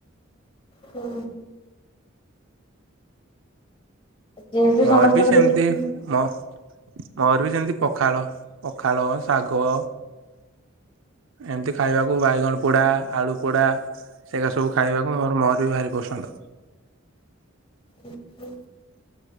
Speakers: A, on the left; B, on the right.
A: ହୁଁ। ଯେହେତୁ
B: ମୋର
A: ସମସ୍ତଙ୍କର
B: ବି ସେମିତି
A: କିଛି
B: ମୋ ମୋର ବି ସେମିତି ପଖାଳ, ପଖାଳ, ଶାଗ ଏମିତି ଖାଇବାକୁ ବାଇଗଣ ପୋଡ଼ା, ଆଳୁ ପୋଡ଼ା ସେଇରା ସବୁ ଖାଇବାକୁ ମୋର ମୋର ବି ଭାରି ପସନ୍ଦ।
A: ହୁଁ ହୁଁ।